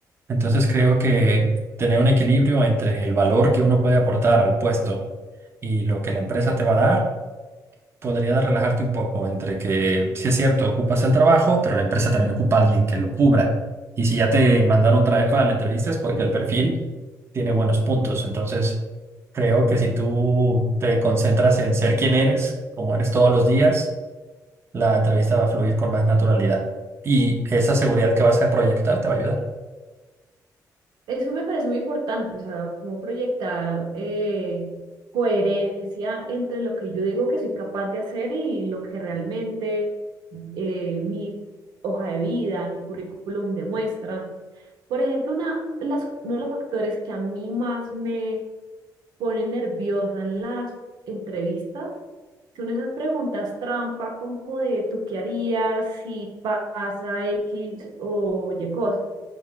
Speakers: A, on the right; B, on the right.
A: Entonces, creo que tener un equilibrio entre el valor que uno puede aportar al puesto y lo que la empresa te va a dar podría relajarte un poco entre que, si es cierto, ocupas el trabajo, pero la empresa también ocupa a alguien que lo cubra. Y si ya te mandaron traer para la entrevista es porque el perfil tiene buenos puntos. Entonces, creo que si tú te concentras en ser quien eres, como eres todos los días, la entrevista va a fluir con más naturalidad. Y esa seguridad que vas a proyectar te va a ayudar.
B: Eso me parece muy importante, o sea, como proyectar eh, coherencia entre lo que yo digo que soy capaz de hacer y lo que realmente eh, mi hoja de vida, mi currículum demuestra. Por ejemplo, una, las, uno de los factores que a mí más me pone nerviosa en las entrevistas son esas preguntas trampa como de ¿tú qué harías si pasa X o Y cosa?